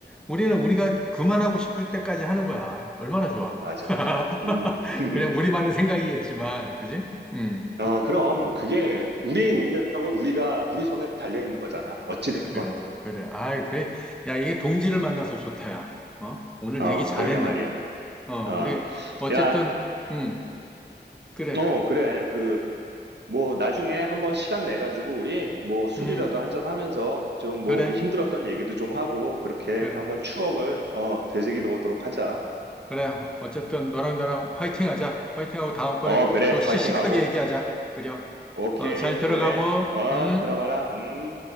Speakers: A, in the centre; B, on the right.
A: 우리는 우리가 그만하고 싶을 때까지 하는 거야. 얼마나 좋아.
B: 맞아.
A: <laughs>
B: 음, <laughs>
A: 그냥 우리만의 생각이겠지만, 그지? 음,
B: 아, 그럼 뭐 그게 우리의 운명은 우리가 우리 손에 달려 있는 거잖아. 어찌 됐건.
A: 그래, 그래. 아이, 그래. 야, 이게 동지를 만나서 좋다, 야. 어? 오늘
B: 어,
A: 얘기 잘했네.
B: 그러게 말이야.
A: 어,
B: 어,
A: 우리, 어쨌든,
B: 야,
A: 음, 그래.
B: 어, 그래. 그 뭐 나중에 한번 시간 내 가지고 우리 뭐 술이라도
A: 음,
B: 한잔 하면서 좀 뭐
A: 그래,
B: 우리 힘들었던 얘기도 좀 하고 그렇게
A: 그래.
B: 한번 추억을 어 되새기도 보도록 하자.
A: 그래, 어쨌든 너랑 나랑 화이팅 하자. 화이팅 하고 다음번에
B: 어, 그래.
A: 더 씩씩하게
B: 화이팅하고.
A: 얘기하자. 그래.
B: 오케이,
A: 어, 잘 들어가고,
B: 그래. 어,
A: 음.
B: 들어가라. 음.